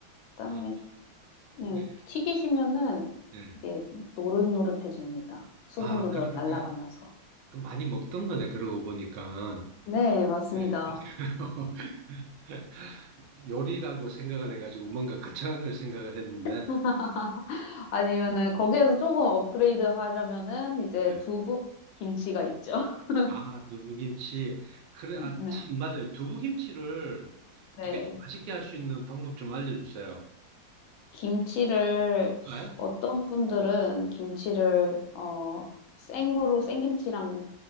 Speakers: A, on the left; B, on the right.
A: 그다음에
B: 아,
A: 네,
B: 예,
A: 튀기시면은
B: 예.
A: 이게 노릇노릇해집니다. 수분도
B: 아, 그렇네.
A: 더 날아가면서.
B: 그럼 많이 먹던 거네, 그러고 보니까.
A: 네, 맞습니다.
B: 예, 맞아요. <laughs> <laughs> 요리라고 생각을 해가지고 뭔가 거창한 걸 생각을 했는데
A: <laughs> 아니면은 거기에서 조금 업그레이드 하려면은 이제
B: 예.
A: 두부 김치가 있죠. <laughs>
B: 아 두부김치 그래 아
A: 네,
B: 참 맞아요 두부김치를
A: 네.
B: 어떻게 좀 맛있게 할 수 있는 방법 좀 알려주세요.
A: 김치를
B: 볼까요?
A: 어떤 분들은 김치를 어 생으로 생김치랑